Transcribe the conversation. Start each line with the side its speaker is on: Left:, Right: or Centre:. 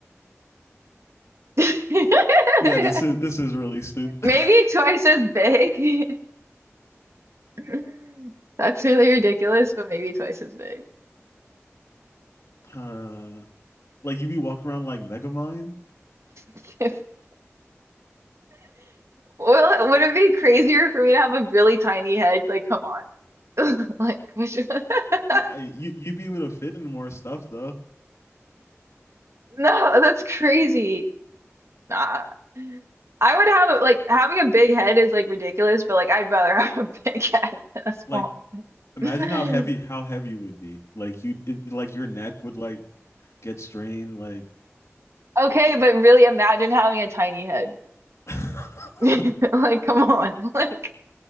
Right: <laughs>
Left: yeah. This is this is really stupid.
Right: Maybe
Left: <laughs>
Right: twice as big. <laughs> <laughs> That's really ridiculous, but maybe twice as big.
Left: Uh, like you be walking around like Megamind
Right: <laughs> Well, would it be crazier for me to have a really tiny head? Like, come on. <laughs> Like, which... <laughs>
Left: Yeah, I, you you'd be able to fit in more stuff though.
Right: No, that's crazy. Nah. I would have like having a big head is like ridiculous, but like I'd rather have a <laughs> big head than a small.
Left: Like imagine
Right: one.
Left: how heavy how heavy you would be. Like you it, like your neck would like get strained. Like
Right: <laughs> Okay, but really imagine having a tiny head.
Left: <laughs>
Right: <laughs> Like, come on. Like,